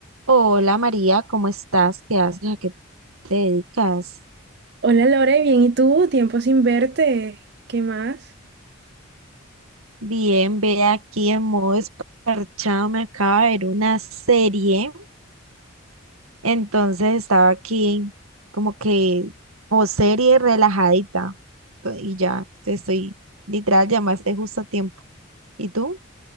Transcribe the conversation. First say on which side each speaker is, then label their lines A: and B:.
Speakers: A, on the right; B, on the right.
A: Hola María, ¿cómo estás? ¿Qué haces? ¿A qué te dedicas?
B: Hola Lore, bien, ¿y tú? Tiempo sin verte. ¿Qué más?
A: Bien, ve aquí en modo esparchado, me acaba de ver una serie, entonces estaba aquí como que post serie relajadita to- y ya te estoy, literal, llamaste justo a tiempo. ¿Y tú?